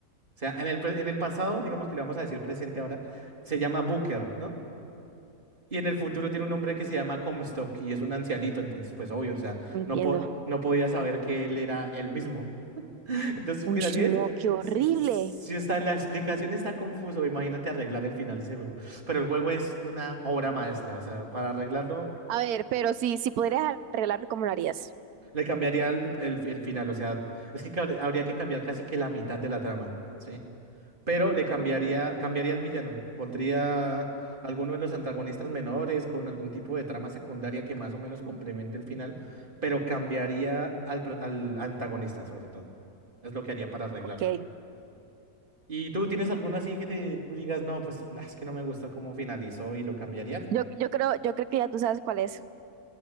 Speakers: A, on the right; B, on the right.
A: O sea, en el, pre- en el pasado, digamos que le vamos a decir presente ahora, se llama Booker, ¿no? Y en el futuro tiene un hombre que se llama Comstock y es un ancianito, entonces pues obvio, o sea,
B: No Entiendo.
A: no, po- no podía saber que él era él mismo. <laughs> Entonces,
B: Uy,
A: mira, si
B: no,
A: es,
B: qué horrible.
A: si está en la explicación está confuso, imagínate arreglar el final de ese juego. Pero el juego es una obra maestra, o sea, para arreglarlo
B: A ver, pero si, si podrías arreglarlo, ¿cómo lo harías?
A: le cambiaría el, el- el final, o sea, es que cab- habría que cambiar casi que la mitad de la trama, ¿sí? pero le cambiaría, cambiaría al villano. Pondría alguno de los antagonistas menores con algún tipo de trama secundaria que más o menos complemente el final, pero cambiaría al, pro- al antagonista sobre todo. Es lo que haría para arreglarlo.
B: Ok.
A: ¿Y tú tienes alguno así que te tú digas, no, pues nah, es que no me gustó cómo finalizó y lo cambiarías?
B: Yo, yo creo, yo creo que ya tú sabes cuál es.